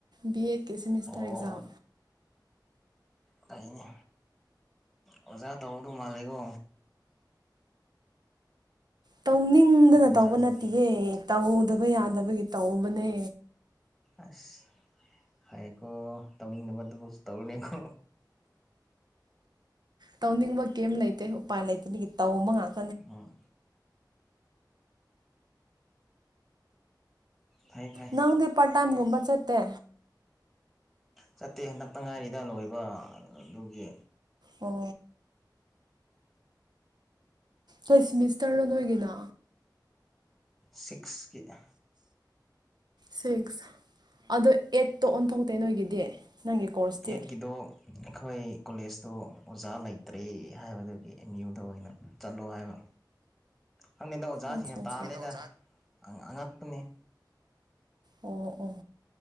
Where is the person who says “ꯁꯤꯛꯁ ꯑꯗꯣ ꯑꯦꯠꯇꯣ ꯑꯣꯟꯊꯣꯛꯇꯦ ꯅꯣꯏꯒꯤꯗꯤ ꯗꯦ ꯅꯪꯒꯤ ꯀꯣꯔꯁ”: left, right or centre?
Right